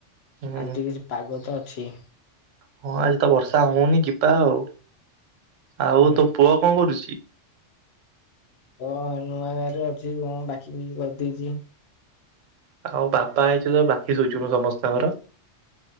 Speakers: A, on the right; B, on the left.
A: ହୁଁ
B: ଆଜି ଟିକେ କିଛି ପାଗ ତ ଅଛି।
A: ହଁ ଆଜି ତ ବର୍ଷା ହଉନି ଯିବା ଆଉ। ଆଉ
B: ହୁଁ
A: ତୋ ପୁଅ କଣ କରୁଛି?
B: ହଁ ନୂଆ ଗାଁରେ ଅଛି କଣ ବାକି ବୁକି କରିଦେଇଛି।
A: ଆଉ ବାପା ହେଇଚୁ ତ ବାକି ଶୁଝୁନୁ ସମସ୍ତଙ୍କର।